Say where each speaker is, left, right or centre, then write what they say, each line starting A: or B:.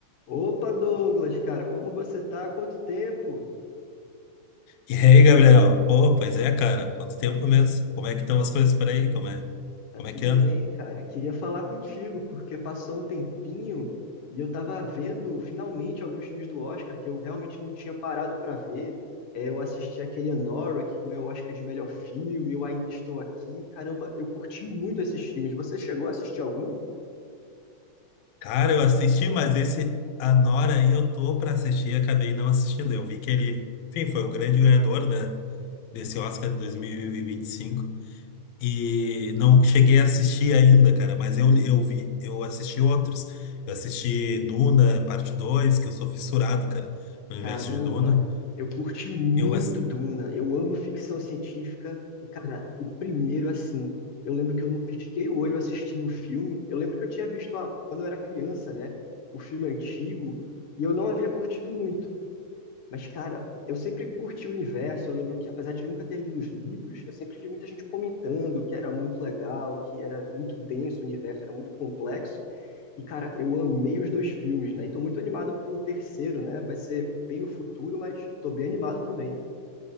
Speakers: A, on the left (about 60°); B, on the left (about 75°).
A: Opa, Douglas, cara, como você tá? Há Quanto tempo?
B: E aí, Gabriel? Pô, pois é, cara. Quanto tempo mesmo? Como é que estão as coisas por aí? Como é,
A: Tá
B: como
A: tudo
B: é que anda?
A: bem, cara. Queria falar contigo, porque passou um tempinho e eu tava vendo finalmente alguns filmes do Oscar que eu realmente não tinha parado pra ver. É, eu assisti aquele Anora que ganhou o Oscar de melhor filme, eu ainda estou aqui. Caramba, eu curti muito esses filmes. Você chegou a assistir algum?
B: Cara, eu assisti, mas esse Anora aí eu tô pra assistir e acabei não assistindo. Eu vi que ele, enfim, foi o grande ganhador, né, desse Oscar de dois mil e vinte e E cinco. e não cheguei a assistir ainda, cara, mas eu, eu vi, eu assisti outros. Eu assisti Duna, parte 2, que eu sou fissurado, cara, no universo
A: Caramba,
B: de Duna.
A: eu curti muito
B: Eu assisti.
A: Duna. Eu amo ficção científica. E, cara, o primeiro, assim, eu lembro que eu não pisquei o olho assistindo o filme. Eu lembro que eu tinha visto a- quando eu era criança, né? O filme antigo. E eu não havia curtido muito. Mas, cara, eu sempre curti o universo. Eu lembro que, apesar de nunca ter lido os livros, eu sempre vi muita gente comentando que era muito legal, que era muito denso o universo, era muito complexo. E, cara, eu amei os dois filmes, né? E tô muito animado pro terceiro, né? Vai ser bem no futuro, mas tô bem animado também.